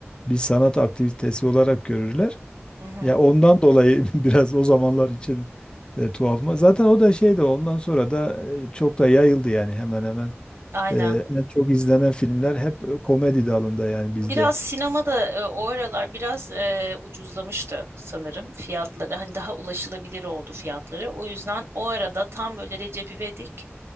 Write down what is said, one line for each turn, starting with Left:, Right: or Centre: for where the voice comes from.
Left: bir sanat aktivitesi olarak görürler.
Right: Hı hı.
Left: Ya ondan dolayı <laughs> biraz o zamanlar için e, tuhafıma. Zaten o da şey de ondan sonra da e, çok da yayıldı yani hemen hemen.
Right: Aynen.
Left: E, en çok izlenen filmler hep e, komedi dalında yani bizde.
Right: Biraz sinema da e, o aralar biraz e, ucuzlamıştı sanırım fiyatları. Hani daha ulaşılabilir oldu fiyatları. O yüzden o arada tam böyle Recep İvedik